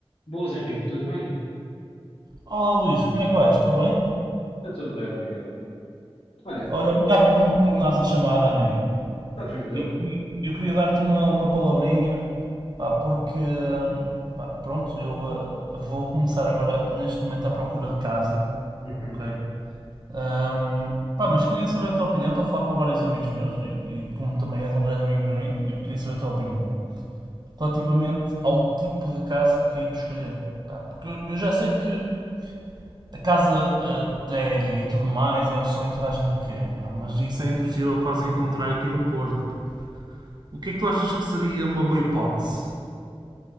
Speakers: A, on the left; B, on the right.
A: Boas, Henrique, tudo bem?
B: Olá Luís, como é que vais? Tudo bem?
A: Está tudo bem, obrigado. Olha,
B: Olha, obrigado
A: diz-me,
B: por me retornares a chamada, amigo.
A: está tranquilo?
B: E e eu queria dar-te uma, uma palavrinha, pá, porque, hum, pá, pronto, eu ah, vou começar agora, neste momento, à procura de casa,
A: Uhum.
B: ok? Hum, pá, mas queria saber a tua opinião. Estou a falar com vários amigos meus e, e como também és um grande amigo para mim, eu queria saber a tua opinião relativamente ao tipo de casa que hei de escolher. Pá, porque eu, eu já sei que a casa, a terra e tudo mais é o sonho que toda a gente quer, pá, mas isso é impossível quase encontrar aqui no Porto. pá. O que é que tu achas que seria uma boa hipótese?